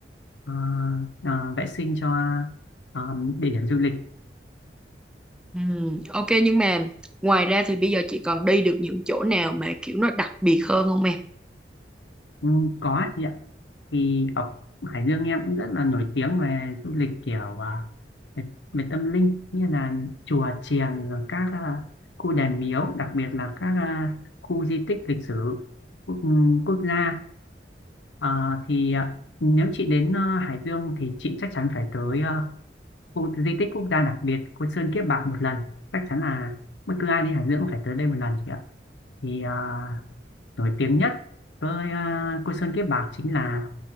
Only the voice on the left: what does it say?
ờ, ờ, vệ sinh cho ờ, địa điểm du lịch
Ừ, có chị ạ thì ở Hải Dương em cũng rất là nổi tiếng về du lịch kiểu à, về, về tâm linh như là chùa chiền rồi các à, khu đền miếu đặc biệt là các à, khu di tích lịch sử quốc, ừ, quốc gia Ờ, thì à, nếu chị đến à, Hải Dương thì chị chắc chắn phải tới à, khu di tích quốc gia đặc biệt Côn Sơn Kiếp Bạc một lần chắc chắn là bất cứ ai đến Hải Dương cũng phải tới đây một lần chị ạ thì à, nổi tiếng nhất với à, Cô Sơn Kiếp Bạc chính là